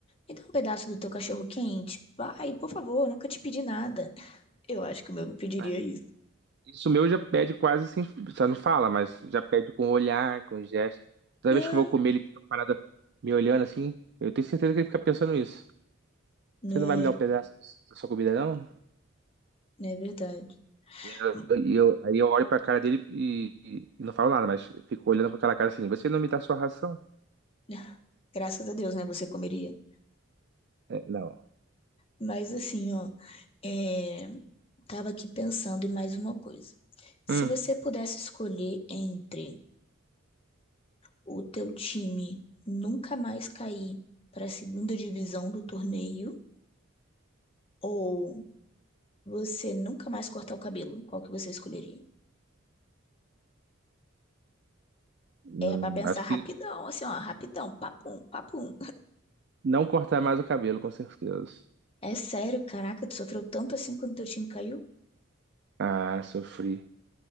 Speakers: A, on the left (about 30°); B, on the right (about 55°).
A: Me dá um pedaço do teu cachorro quente. Vai, por favor, eu nunca te pedi nada. Eu acho que o meu me pediria
B: É.
A: isso.
B: Isso meu já pede quase sem. Só não fala, mas já pede com olhar, com gesto. Toda
A: É.
B: vez que eu vou comer, ele fica parado me olhando assim. Eu tenho certeza que ele fica pensando isso.
A: Né,
B: Você não vai me dar um pedaço da sua comida, não?
A: não é verdade.
B: E eu,
A: Hum,
B: e eu- aí eu olho pra cara dele e, e- e não falo nada, mas fico olhando com aquela cara assim: Você não me dá sua ração?
A: <laughs> Graças a Deus, né? Você comeria.
B: É, não.
A: Mas assim, ó, é... tava aqui pensando em mais uma coisa. Se
B: Hum,
A: você pudesse escolher entre o teu time nunca mais cair para a segunda divisão do torneio ou você nunca mais cortar o cabelo, qual que você escolheria?
B: hum,
A: É pra pensar
B: acho
A: rapidão,
B: que
A: assim, ó, rapidão, papum, papum.
B: não cortar mais o cabelo, com certeza.
A: É sério, caraca, tu sofreu tanto assim quando teu time caiu?
B: Ah, sofri.